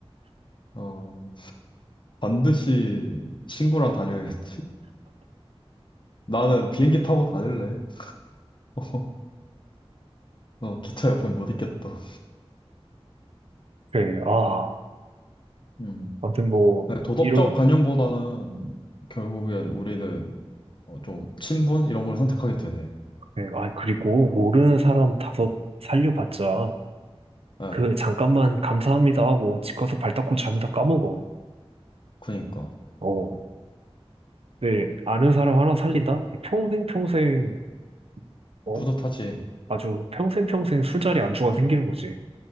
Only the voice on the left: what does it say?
어 반드시 친구랑 다녀야겠지. 나는 비행기 타고 다닐래. <laughs> 어, 어 기차 옆엔 못 있겠다.
음.
네, 도덕적
관념보다는 결국엔 우리는 어, 좀 친분 이런 걸 선택하게 되네.
어.
예,
그니까
음,
뿌듯하지.